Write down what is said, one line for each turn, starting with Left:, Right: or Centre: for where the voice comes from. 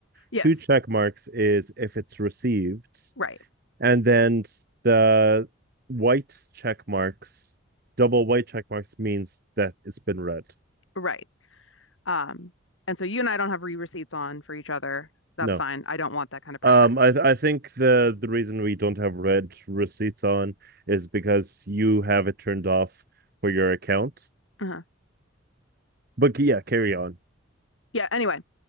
Left: yes,
Right: Two check marks is if it's received,
Left: right,
Right: and then the white check marks, double white check marks means that it's been read.
Left: right. Um, and so you and I don't have read receipts on for each other. That's
Right: No.
Left: fine. I don't want that kind of pressure.
Right: Um, I th- I think the the reason we don't have red receipts on is because you have it turned off for your account.
Left: Uh-huh.
Right: But yeah, carry on.
Left: Yeah, anyway.